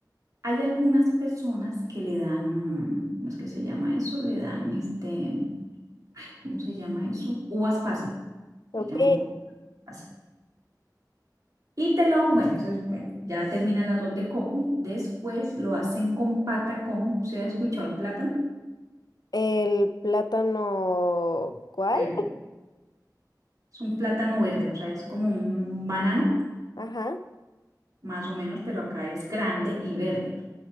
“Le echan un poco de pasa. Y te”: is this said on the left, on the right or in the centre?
Right